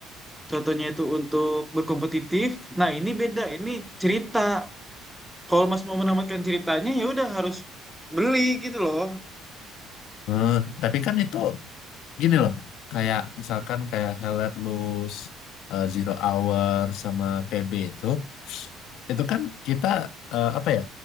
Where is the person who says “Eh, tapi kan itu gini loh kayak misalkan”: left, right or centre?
Left